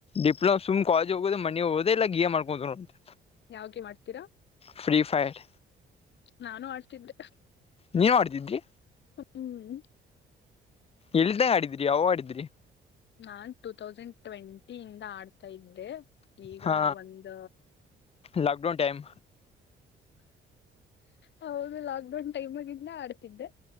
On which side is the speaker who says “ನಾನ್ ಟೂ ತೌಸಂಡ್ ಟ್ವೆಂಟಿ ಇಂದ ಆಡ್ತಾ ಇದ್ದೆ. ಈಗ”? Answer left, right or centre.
Left